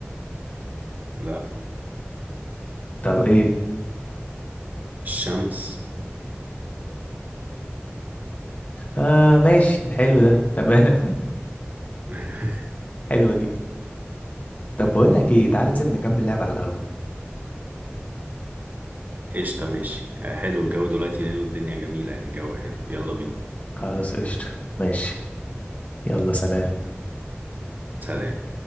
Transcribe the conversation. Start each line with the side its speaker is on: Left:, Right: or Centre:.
Right: لا
Left: طب ايه
Right: الشمس
Left: آه ماشي حلو ده تمام <laughs>
Right: <laughs>
Left: حلوه دي طب بقول لك
Right: مم.
Left: ايه تعال ننزل نكمل لعب على القهوه
Right: قشطة ماشي حلو الجو دلوقتي ليل والدنيا جميلة يعني جو حلو يلا بينا
Left: خلاص قشطه ماشي يلا سلام
Right: سلام